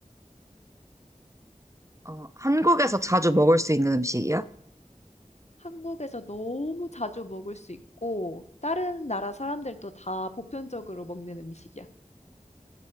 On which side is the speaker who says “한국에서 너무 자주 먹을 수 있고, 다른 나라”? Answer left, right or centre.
Left